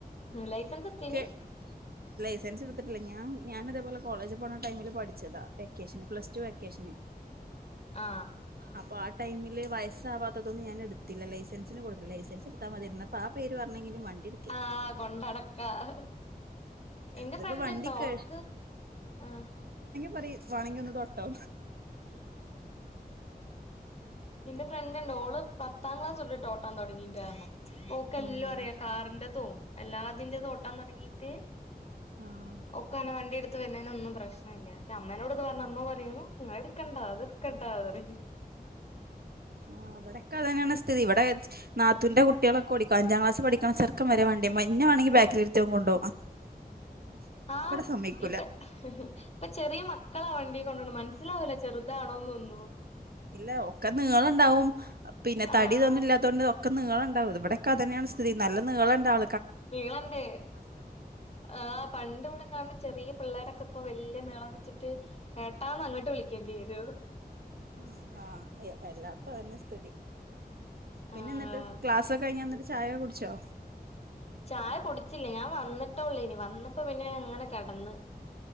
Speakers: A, on the left (about 40°); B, on the right (about 70°).
A: ലൈസൻസ് എടുത്തീനി
B: കെ ലൈസെൻസ് എടുത്തിട്ടില്ല ഞാൻ ഞാനിതേപോലെ കോളേജ് പോണ ടൈമില് പഠിച്ചതാ വെക്കേഷന് പ്ലസ് ടു വെക്കേഷന്
A: ആ
B: അപ്പൊ ആ ടൈമില് വയസാവാ ഞാൻ എടുത്തില്ല ലൈസൻസിന് കൊടുത്തി ലൈസൻസ് എടുത്താ മതിയായിരുന്നു അപ്പോ ആ പേര് പറഞ്ഞെങ്കിലും വണ്ടി എടുക്കായിരുന്നു
A: ആ കൊണ്ടടക്കാം എന്റെ
B: ഇതിപ്പോ
A: ഫ്രണ്ട്
B: വണ്ടി
A: ഉണ്ടോ
B: കഴ്
A: ഓൾക്ക് ആ
B: പററി വാണെങ്കി ഒന്ന് തൊട്ടോ
A: എന്റെഫ്ര ഇ ഓള് പത്താം ക്ലാസ് തൊട്ട് ഓട്ടാൻ തുടങ്ങിയിട്ടായിരുന്നു ഓക്ക്
B: ഉം
A: എല്ലാ അറിയാ കാറിന്റതും എല്ലാ അതിന്റെ ഓട്ടാൻ തുടങ്ങീട്ട്
B: ആഹ്
A: ഓക്ക് അനെ വണ്ടി എടുത്ത് വന്നേന ഒന്നും പ്രശ്നം ഇല്ല പക്ഷെ അമ്മേനോട് പറഞ്ഞ അമ്മ പറയും നി കണ്ടാത് കണ്ടാത്
B: ആഹ് അവിടെയൊക്കെ അതാണ് സ്ഥിതി ഇവിടെ നാത്തൂന്റെ കുട്ടികളൊക്കെ ഓടിക്കും അഞ്ചാംക്ലാസ് പഠിക്കണ ചെറുക്കൻവരെ എന്നെ വേണെങ്കിൽ ബാക്കില ഇരുത്തി കൊണ്ടോ
A: ആ
B: സമ്മതിക്കൂല
A: ഇപ്പ ഇപ്പ ചെറിയ മക്കളാ വണ്ടിയ കൊണ്ട മന മനസ്സിലാവില്ല ചെറുതാണോന്ന് ഒന്നും
B: ഇല്ല ഒക്കെ നീളുണ്ടാവും പിന്നെ തടി
A: ആഹ്
B: ഇതൊന്നും ഇല്ലാത്തോണ്ട് ഒക്കെ നീള ഉണ്ടാവും ഇവിടൊക്കെ തന്നെയാണ് സ്ഥിതി നല്ല നീള ഉണ്ടാവ
A: വീള ണ്ടേ ആ പണ്ട് ഇവിടെ കാണ ചെറിയ പിള്ളേരൊക്കെ ഇപ്പൊ വലിയ നീളം വെച്ചിട്ട് ഏട്ടാന്ന് അങ്ങോട്ട് വിളിക്കേണ്ടി വരു
B: ഉ ആഹ് എല്ലാടത്തും അത് തന്നെ സ്ഥിതി പിന്നെ
A: ആഹ്
B: എന്നിട്ട് ക്ലാസൊക്കെ കഴിഞ്ഞ് വന്നിട്ട് ചായയൊക്കെ കുടിച്ചോ
A: ചായ കുടിച്ചില്ലേ ഞാൻ വന്നിട്ടോള്ളൂ ഇനി വന്നപ്പോ പിന്നെ അങ്ങനെ കിടന്ന്